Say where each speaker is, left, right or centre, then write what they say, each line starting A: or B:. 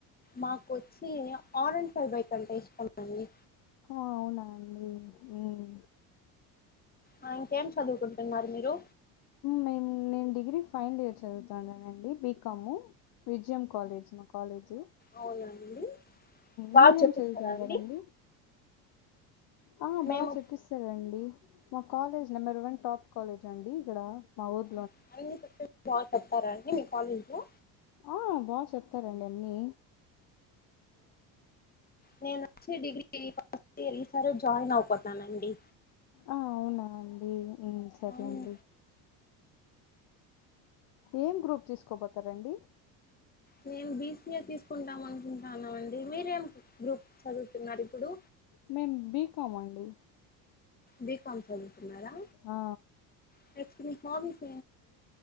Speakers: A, on the left; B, on the left.
A: నాకొచ్చి ఆరెంజ్ ఫైవ్ బైక్ అంటే ఇష్టం అండి
B: అవునా అండి ఉమ్
A: ఆ ఇంకేం చదువుకుంటున్నారు మీరు
B: మేము నేను డిగ్రీ ఫైనల్ ఇయర్ చదువుతున్నానండి బీకాము విజయం కాాలేజ్ మా కాాలేజ్
A: అవునండి బాగా
B: మీరేం
A: చెప్పిస్తారా
B: చదువుతాండారండి
A: అండి
B: ఆ బాగా
A: మేము
B: చెప్పిస్తారండి మా college number one top college అండి ఇక్కడ మా ఊరు
A: <unintelligible> అన్న చెప్పే బాగా చెప్తారాండి మీ కాలేజ్ లో
B: ఆ బాగా చెప్తారండి అన్నీ
A: నేను వచ్చి డిగ్రీ ఫస్ట్ ఇయర్ ఈసారే జాయిన్ అవబోతున్ననండి
B: ఆ అవునా అండి ఊ సరే
A: అవును
B: అండి ఏం గ్రూప్ తీసుకోబోతారండి
A: మేము బిసీఏ తీసుకుంటాం అనుకుంటానమండి మీరేం గ్రూప్ చదువుతున్నారు ఇప్పుడు
B: మేం బి కామం అండి
A: బికమ్ చదుతున్నారా
B: ఆ
A: <unintelligible> హబీ